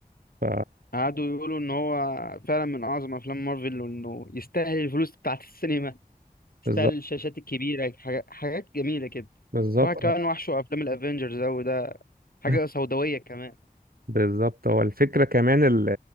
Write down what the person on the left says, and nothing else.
قعدوا يقولوا ان هو فعلا من اعظم افلام مارفل وانه يستاهل الفلوس بتاعت السينما يستاهل
الشاشات الكبيره حاجة- حاجات جميله كده
واحد كمان وحشه افلام الافينجرز اوي ده حاجه
سوداويه كمان